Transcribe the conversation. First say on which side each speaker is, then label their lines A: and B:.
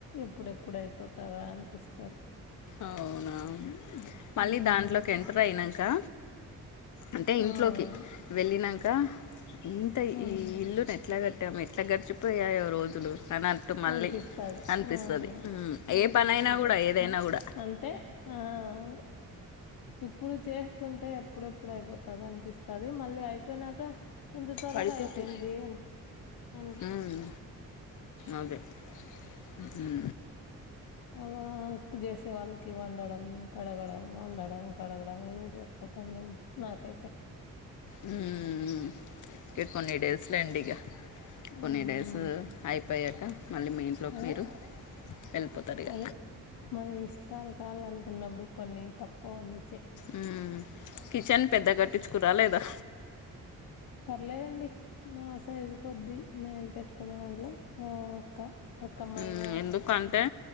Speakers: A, on the left; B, on the left.
A: ఎప్పుడెప్పుడు అయిపోతాదా అనిపిస్తాన్
B: అవునా, మళ్ళీ
A: ఉమ్
B: దాంట్లోకి ఎంటర్ అయినంకా అంటే ఇంట్లోకి,
A: ఉమ్
B: వెళ్ళినంకా ఇంత
A: ఉమ్
B: ఈ ఇల్లును ఎట్లా కట్టామ్, ఎట్లా గడిచిపోయాయో రోజులు. అనట్టు మళ్ళీ
A: అనిపిస్తది
B: అనిపిస్తది,
A: ఆ అనిపిస్తది
B: ఏ పనైనా గుడా
A: ఖచ్చితంగా
B: ఏదైనా గుడా
A: అంతే హా అవును, ఇప్పుడు చేస్తుంటే ఎప్పుడేప్ ఎప్పుడు అయిపోతాద అనిపిస్తది, మళ్ళీ అయిపోనాక ఇంత త్వరగా
B: పడిపోతుంది
A: అయిపోయింది అనిపిస్తది, అనిపిస్తాది
B: మ్మ్. అదే హుమ్మ్
A: అ ఆ వర్క్ చేసే వాళ్ళకి వండడం, కడగడం, వండడం కడగడం ఇదే సరిపోతందండి. నాకైతే
B: ఉమ్మ్ ఉమ్మ్ ఉమ్మ్ ఇక కొన్ని డేస్ లేండి ఇగ కొన్ని
A: ఉమ్
B: డేస్ అయిపోయాక, మళ్ళీ మీ ఇంట్లోకి
A: అదే
B: మీరు ఎల్పోతారు ఇగ
A: అదే మన ఇస్తాలు కాలనుకున్నప్పుడు కొన్ని తప్పవ్ అండి.
B: ఊ కిచెన్ పెద్ద కట్టించుకురా లేదా
A: పర్లేదండి మా సైజు కొద్దిీ మేం పెట్టుకున్న దాంట్లో ఓ క రకమైన
B: మ్మ్. ఎందుకంటే